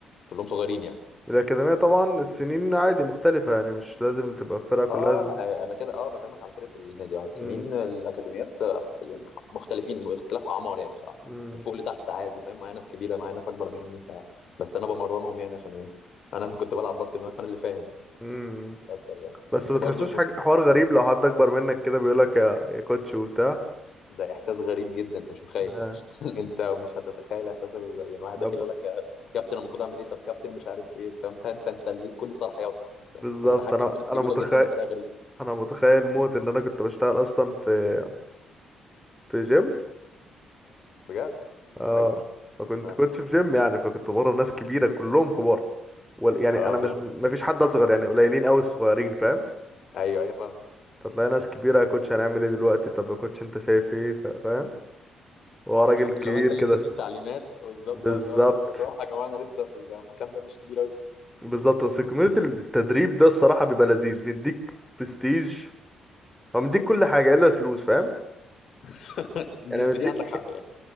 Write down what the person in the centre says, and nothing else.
الأكاديمية طبعا السنين عادي مختلفة يعني مش لازم تبقى الفرقة كلها
ز...
مم.
مم.
مم.
بس
ما
تحسوش
حاجة حوار غريب لو حد أكبر منك كده بيقولك يا يا كوتش وبتاع
آه.
ده ب-
بالظبط
أنا
أنا
متخيل
أنا متخيل موت إن أنا كنت بشتغل أصلا في في جيم
اه
فكنت
كنت في جيم يعني فكنت بره ناس كبيره كلهم كبار وال... يعني
انا مش
ما فيش حد اصغر يعني قليلين قوي الصغيرين فاهم
فتلاقي ناس كبيره يا كوتش هنعمل ايه دلوقتي طب يا كوتش انت شايف ايه ف- فاهم هو راجل كبير
كده
بالظبط
بالظبط بس كوميونتي التدريب ده الصراحه بيبقى لذيذ بيديك برستيج هو مديك كل حاجه الا الفلوس فاهم
يعني
مديك